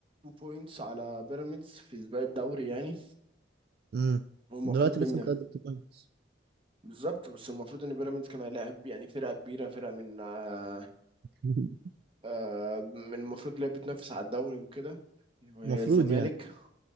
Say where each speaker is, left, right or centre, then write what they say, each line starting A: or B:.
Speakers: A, on the right; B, on the right.
A: بوينتس على بيراميدز في سباق الدوري يعني
B: مم.
A: والمفروض
B: دلوقتي لسه
A: ان
B: متقدم بوينتس
A: بالظبط بس المفروض ان بيراميدز كان هيلاعب يعني فرقه كبيره فرقه من آه
B: <laughs>
A: آه من المفروض اللي هي بتنافس على الدوري وكده وهي
B: المفروض
A: الزمالك
B: يعني